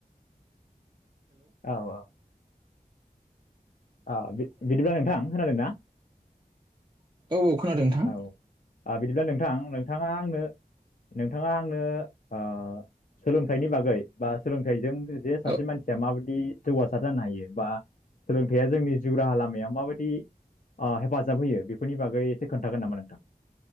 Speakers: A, on the left; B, on the right.
A: औ औ बिदिब्ला नोंथां खोनादों ना
B: औ औ खोनादों नोंथां
A: औ बिदिब्ला नोंथां नोंथाङा आंनो नोंथाङा आंनो ओ सोलोंथाइनि बागै बा सोलोंथाइजों जे सासे
B: औ
A: मानसिया माबायदि जौगासार जानो हायो बा सोलों जिउ राहा लामायाव माबायदि हेफाजाब होयो बेफोरनि बागै एसे खोन्थागोन नामा नोंथां?